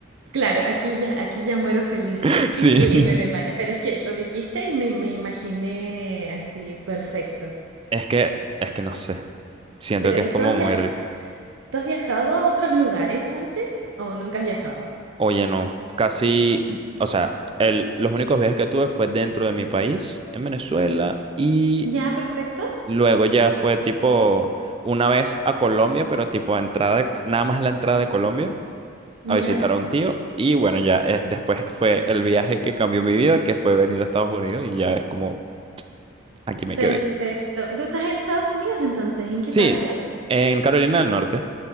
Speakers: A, on the right; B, on the right.
A: Claro, aquí ya, aquí ya muero feliz.
B: <laughs>
A: Sí,
B: Sí.
A: me lo ima- pero es que lo dijiste y me, me imaginé así, perfecto.
B: Es que, es que no sé. Siento
A: Pero,
B: que es
A: ¿y
B: como
A: tú has viaj-
B: muy... re-
A: tú has viajado a otros lugares antes? ¿O nunca has viajado?
B: Oye, no. Casi, o sea, el, los únicos viajes que tuve fue dentro de mi país, en Venezuela, y
A: Ya, perfecto.
B: luego ya fue tipo una vez a Colombia, pero tipo entrada, nada más la entrada de Colombia
A: Ya.
B: a visitar a un tío. Y bueno, ya eh, después fue el viaje que cambió mi vida, que fue venir a Estados Unidos y ya es como, aquí me
A: Perfecto.
B: quedé.
A: ¿Tú estás en Estados Unidos entonces? ¿En qué
B: Sí,
A: parte?
B: en Carolina del Norte,